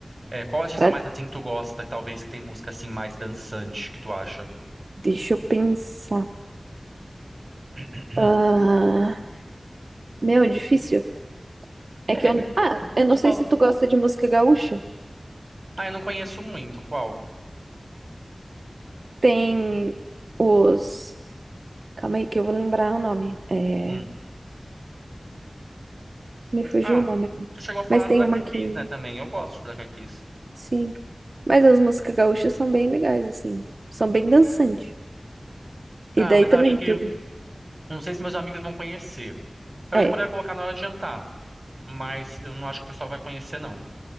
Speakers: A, on the right (about 40°); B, on the right (about 70°).
A: É, qual artista
B: Pra-
A: mais assim que tu gosta, talvez que tem música assim mais dançante que tu acha?
B: Deixa eu pensar.
A: <clears throat>
B: Ah, meu, difícil. É
A: É,
B: que eu.
A: eu-
B: Ah, eu não
A: tu
B: sei
A: falou.
B: se tu gosta de música gaúcha.
A: Ah, eu não conheço muito. Qual?
B: Tem os. Calma aí que eu vou lembrar o nome. É...
A: Hum.
B: Me fugiu
A: Ah,
B: o nome.
A: tu chegou a falar
B: Mas tem
A: do Black
B: uma
A: Eyed
B: que.
A: Peas, né, também. Eu gosto de Black Eyed Peas.
B: Sim. Mas as músicas gaúchas são bem legais, assim. São bem dançantes.
A: Ah,
B: E daí
A: mas
B: também
A: eu acho que
B: tudo.
A: não sei se meus amigos vão conhecer. Talvez
B: É.
A: eu poderia colocar na hora de jantar, mas eu não acho que o pessoal vai conhecer não.